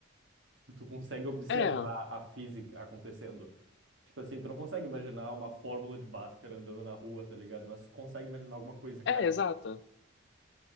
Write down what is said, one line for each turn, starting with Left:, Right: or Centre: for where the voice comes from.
Right: Tu consegue observar
Left: É,
Right: a física acontecendo. Tipo assim, tu não consegue imaginar uma fórmula de Bhaskara andando na rua, tá ligado? Mas consegue imaginar alguma coisa
Left: é,
Right: caindo,
Left: exato.